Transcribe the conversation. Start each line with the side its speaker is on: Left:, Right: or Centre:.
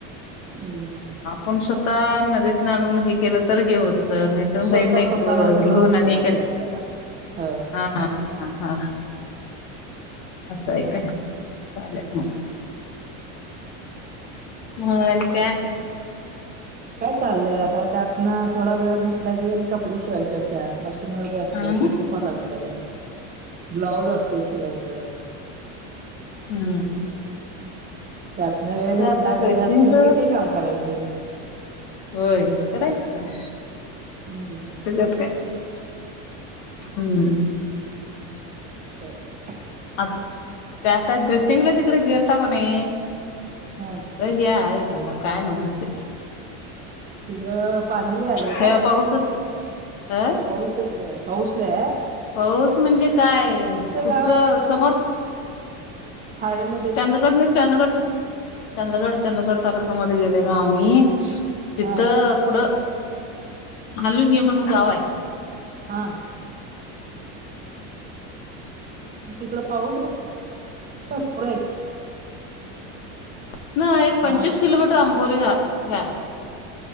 Right: हम्म,
Left: पण स्वतः नदीत ना आणून, हे केलं तर हे होत. नाही त
Right: स्वतः
Left: बाहीर नाही
Right: स्वतःला सगळं
Left: घेऊन
Right: होतंय
Left: अनेक,
Right: आपल्या
Left: <unintelligible>
Right: आपल्याला ह
Left: हा, हा, हा, हा, असं आहे काय, चालेल मग, म आणि काय?
Right: काय चाललंय आता, त्यातन थोडा वेळ भेटला की, आणि कपडे शिवायचे असतात. मशीन वर बी असतय,
Left: हं?
Right: पिकोफॉल असतय, ब्लाउज असतय शिवायचं.
Left: हम्म,
Right: त्यातन वेळ भेटला,
Left: आता ड्रेसिंगच
Right: घरी असलो की ते, काम करायचं.
Left: होय, करायचं काम, <unintelligible>
Right: हम्म
Left: त्याच्यात काय, हम्,
Right: बरं,
Left: आ, ते आता ड्रेसिंगला, तिकडे गेलताव कानी
Right: हा,
Left: लय हे की, बाबा काय नव्हच ते,
Right: तिकडं, पाणी लय आलंय
Left: ह्या
Right: काय
Left: पाऊसच <unintelligible> ह,
Right: पाऊसच लई हाय, पाऊस लई हाये!
Left: पाऊस म्हणजे काय, पुढचं,
Right: गाव
Left: समोर
Right: हळीमध्ये,
Left: चंदगड न, चंदगड, चंदगड, चंदगड, तालुका मध्ये गेलेलो, आम्ही तिथं
Right: हा
Left: पुढं, हालून घे म्हणून गाव आहे.
Right: हा, तिकड पाऊस, भरपूर आहे.
Left: हितन एक पंचवीस
Right: हा
Left: किलोमीटर, आंबोली गावे हे आहे.